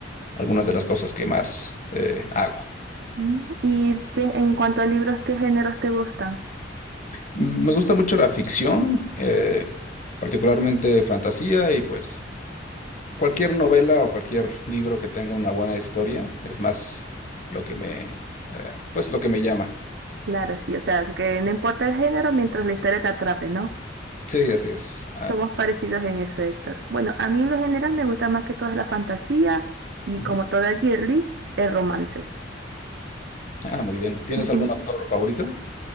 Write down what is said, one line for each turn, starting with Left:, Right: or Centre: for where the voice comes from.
Left: algunas de las cosas que más eh, hago.
Right: Mm, ¿Y qué- en cuanto a libros, qué géneros te gustan?
Left: Mm, Me gusta mucho la ficción, eh, particularmente fantasía y pues cualquier novela o cualquier libro que tenga una buena historia es más lo que me, eh, pues lo que me llama.
Right: Claro, sí, o sea, que no importa el género mientras la historia te atrape, ¿no?
Left: Sí, así es. Ah,
Right: Somos parecidos en eso, Héctor. Bueno, a mí en lo general me gusta más que todo la fantasía y
Left: ujú.
Right: como toda girly, el romance.
Left: Ah, muy bien. ¿Tienes
Right: Ujú.
Left: algún autor favorito?